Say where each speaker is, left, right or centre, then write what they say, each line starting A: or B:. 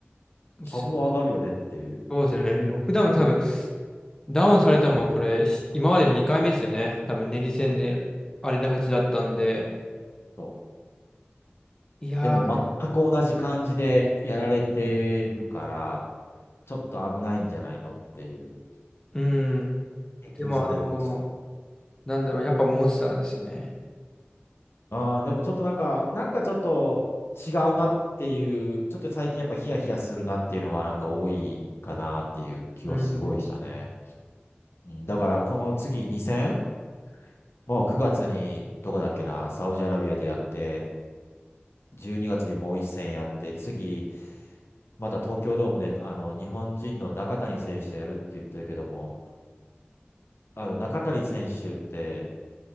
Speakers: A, on the left; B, on the left.
A: すごい。
B: 株は上がるよねっていう。
A: そうですよね。ロックダウンも多分ダウンされたのもこれ、し今まで2回目ですよね。多分、練り戦で、あれで8だったんで。
B: そ
A: いや
B: うでも全く同じ感じでやられてるから、ちょっと危ないんじゃないのっていう、
A: ー、うん。
B: 研究される
A: でも、あのーなんだろう、やっぱモンスターですよね。
B: ああ、でもちょっとなんか、なんかちょっと違うなっていう、ちょっと最近やっぱヒヤヒヤするなっていうのがなんか多いかなっていう気はすごいしたね。
A: うん。
B: うん、だからこの次2戦、もう9月にどこだっけな、サウジアラビアでやって、12月にがつにもう1戦やって、次、また東京ドームであの日本人の中谷選手とやるって言ってるけども、あの中谷選手って、